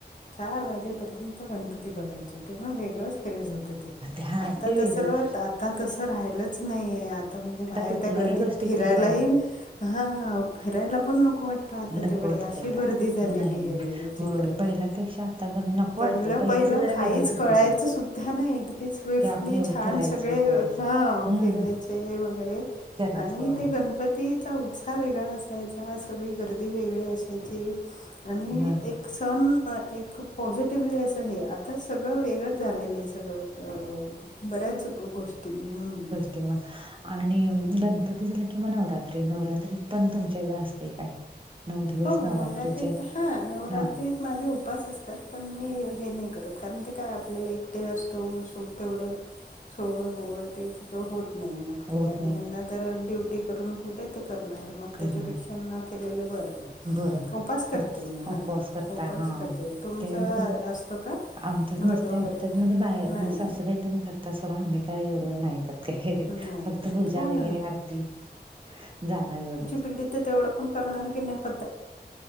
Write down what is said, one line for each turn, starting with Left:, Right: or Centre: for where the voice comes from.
Left: चार वाजेपर्यंत गणपती बघायचो तेव्हा वेगळंच क्रेज होत. ते
Right: हा
Left: आता
Right: ते
Left: तस
Right: वेगळंच
Left: आता तसं राहिलंच नाही ये आता म्हणजे बाहेर
Right: कुठल्याही
Left: त्या गर्दित
Right: गोष्टीत
Left: फिरायला
Right: तसं राहिल
Left: येईन
Right: नाही
Left: हां हा फिरायला पण नको वाटतं आता
Right: नको
Left: तेवढे
Right: वाटते
Left: अशी
Right: आता
Left: गर्दी झालेली
Right: नाही नाही
Left: ये विचित्र
Right: होय पहिल्यापेक्षा आता कणी नको
Left: पहिलं
Right: वाटतंय पहिलंच
Left: पहिलं
Right: जरा
Left: काहीच
Right: वेगळंच होतं
Left: कळायचं
Right: ते
Left: सुद्धा नाही इतके स्विफ्टली
Right: की आपण एवढं
Left: छान
Right: फिरायचो
Left: सगळे
Right: करायचो
Left: हा
Right: हम्म
Left: फिरायचे वगैरे
Right: करायचो
Left: आणि ते गणपतीत चा उत्साह वेगळा असायचा सगळी गर्दी वेगळी असायची आणि
Right: होय
Left: एक सण एक पॉझिटिव्हली असं हे आता सगळं वेगळंच झालेलं आहे सगळं बऱ्याच गोष्टीं हम्म
Right: देवा आणि गणपती झाला किंवा नवरात्री नवरात्री पण तुमच्या इकडें असते काय नऊ दिवस
Left: हो
Right: नवरात्रीचे
Left: नवरात्रीत हा नवरात्रीत
Right: हा
Left: माझे उपास असतात पण मी हे नाही करत कारण की काय आपल्याला एकटे असतो सो तेवढं सोळं वोगळं ते सगळं होत नाही मग
Right: होत
Left: ते आणि
Right: नाही
Left: यांना तर ड्युटी करून कुठे ते करणार तर मग
Right: करणार
Left: त्याच्यापेक्षा न केलेलं बरं
Right: बरं
Left: उपास करते मी हां,
Right: उपवास करता
Left: उपास
Right: हा
Left: करते. तुमचं
Right: त्यावेळी पण
Left: अ- असतो का?
Right: आमच्याच
Left: घट
Right: नसते
Left: वगैरे
Right: आमच्यात म्हणजे बाया
Left: नाही
Right: म्हणजे सासूबाई
Left: ना?
Right: त्यांनी करतात सोडा आम्ही काय एवढं नाही हे
Left: नाही
Right: फक्त
Left: करत.
Right: पूजा
Left: हो
Right: वगैरे
Left: ना.
Right: आरती जाणं एवढ
Left: ण नाही प